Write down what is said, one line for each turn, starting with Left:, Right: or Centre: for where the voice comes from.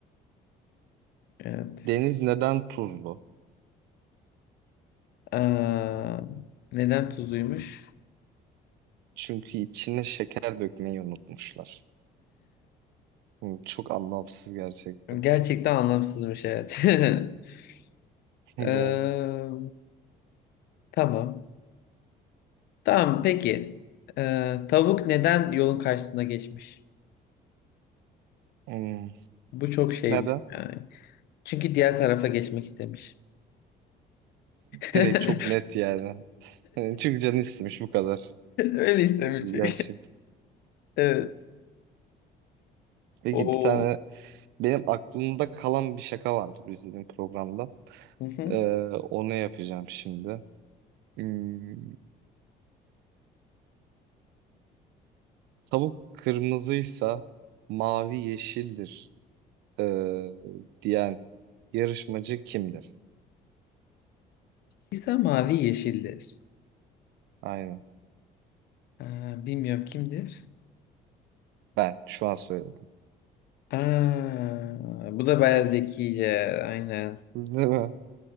Left: Evet.
Right: deniz neden tuzlu?
Left: Aa, neden tuzluymuş?
Right: Çünkü içine şeker dökmeyi unutmuşlar. Hmm, çok anlamsız gerçekten.
Left: Gerçekten anlamsızmış evet. <laughs>
Right: <laughs> Yani.
Left: Eee, tamam. Tamam peki. Eee, tavuk neden yolun karşısına geçmiş?
Right: hmm,
Left: Bu çok şey
Right: Neden?
Left: bir- yani. Çünkü diğer tarafa geçmek istemiş. <laughs>
Right: Direkt çok net yani. Yani Çünkü canı istemiş bu kadar.
Left: Öyle istemiş
Right: Gerçek.
Left: çünkü. Evet.
Right: Peki
Left: O.
Right: bir tane benim aklımda kalan bir şaka vardı bu izlediğim programda.
Left: Hı hı.
Right: Ee, onu yapacağım şimdi. Hmm, tavuk kırmızıysa mavi yeşildir ee, diyen yarışmacı kimdir?
Left: İsa mavi yeşildir.
Right: Aynen.
Left: Aa, bilmiyorum kimdir?
Right: Ben şu an söyledim.
Left: Aa, bu da bayağı zekice. Aynen.
Right: <laughs> Değil mi?